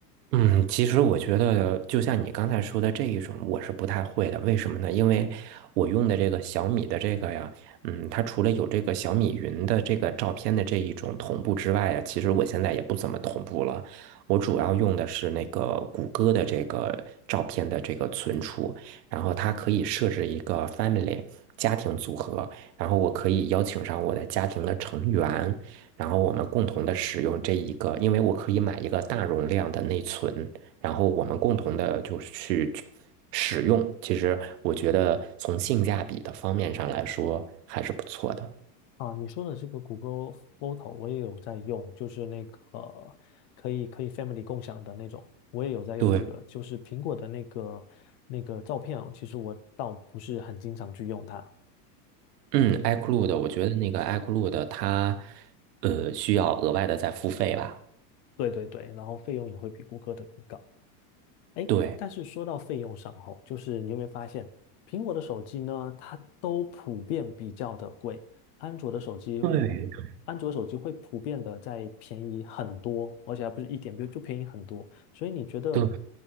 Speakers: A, on the right; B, on the left.
A: 嗯，其实我觉得，就像你刚才说的这一种，我是不太会的。为什么呢？因为我用的这个小米的这个呀，嗯，它除了有这个小米云的这个照片的这一种同步之外呀，其实我现在也不怎么同步了。我主要用的是那个谷歌的这个照片的这个存储，然后它可以设置一个 family 家庭组合，然后我可以邀请上我的家庭的成员，然后我们共同的使用这一个，因为我可以买一个大容量的内存，然后我们共同的就是去使用。其实我觉得从性价比的方面上来说还是不错的。
B: 啊，你说的这个谷歌 Photo 我也有在用，就是那个可以可以 family 共享的那种，我也有在用这个。
A: 对，
B: 就是苹果的那个那个照片啊，其实我倒不是很经常去用它。
A: 嗯，iCloud，我觉得那个 iCloud 它呃需要额外的再付费吧？
B: 对对对，然后费用也会比谷歌的更高。哎，
A: 对。
B: 但是说到费用上吼，就是你有没有发现，苹果的手机呢，它都普遍比较的贵，安卓的手机，
A: 对
B: 安卓手机会普遍的在便宜很多，而且还不是一点，比如就便宜很多。所以你觉得
A: 对